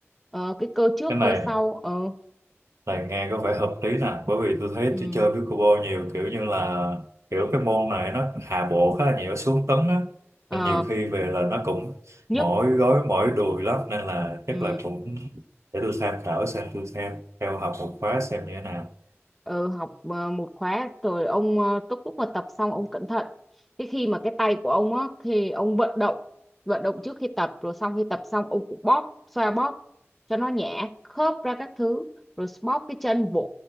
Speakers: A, in the centre; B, on the right.
A: ờ, cái cơ trước
B: cái này
A: cơ sau ờ
B: Này nghe có vẻ hợp lý nè bởi vì tôi thấy
A: ừ,
B: tôi chơi pickleball nhiều kiểu như là kiểu cái môn này nó hạ bộ khá là nhiều nó xuống tấn á
A: ờ,
B: nên nhiều khi về là nó cũng
A: nhức
B: mỏi gối mỏi đùi lắm nên là chắc
A: ừ.
B: là cũng để tôi tham khảo xem tôi xem theo học một khóa xem như thế nào
A: ừ, học ờ, một khóa rồi ông ờ, lúc lúc mà tập xong ông cẩn thận cái khi mà cái tay của ông á thì ông vận động vận động trước khi tập rồi xong khi tập xong ông cũng bóp xoa bóp cho nó nhả khớp ra các thứ rồi bóp cái chân vỗ